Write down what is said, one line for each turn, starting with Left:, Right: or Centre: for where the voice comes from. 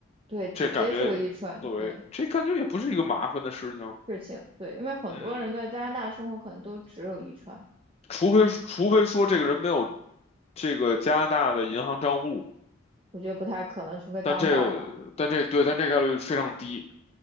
Right: 对，只接受一串，
Left: 这感觉也，为这感觉也不是一个麻烦的事情，
Right: 对事情，对，因为很多人在加拿大生活可能都只有一串，
Left: 嗯，除非除非说这个人没有这个加拿大的银行账户，
Right: 我觉得不太可能，除非刚到吧。
Left: 但这个但这对，但这概率非常低。